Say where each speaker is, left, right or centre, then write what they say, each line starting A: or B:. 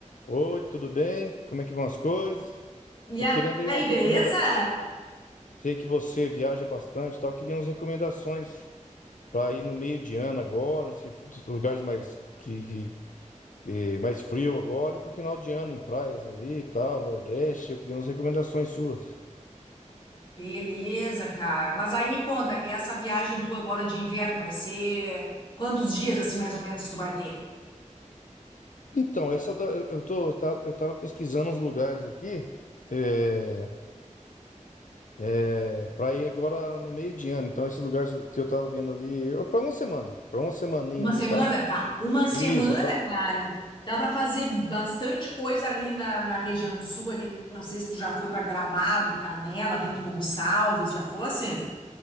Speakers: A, on the left; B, on the left.
A: Oi, tudo bem? Como é que vão as coisas?
B: E
A: Tô querendo aí umas
B: aí, beleza?
A: recomendações. Sei que você viaja bastante, e tal. Eu Queria umas recomendações para ir no meio de ano agora, nesses lugares mais que, que- que- mais frio agora e pro final de ano em praias ali, e tal, Nordeste. Eu queria umas recomendações suas.
B: Beleza, cara. Mas aí me conta, essa viagem tua agora de inverno vai ser quantos dias assim mais ou menos tu vai ter?
A: Então, essa da- eu eu tô tá- eu tava pesquisando uns lugares aqui é, é, para ir agora no meio de ano. Então, esse lugar que eu tava vendo ali, para uma semana, para uma semaninha
B: Uma
A: ali,
B: semana?
A: e tal.
B: Tá. Uma semana,
A: Isso, eu tava...
B: cara. Dá pra fazer bastante coisa ali na, na região sul ali. Não sei se tu já foi pra Gramado, Canela, Bento Gonçalves, já fosse?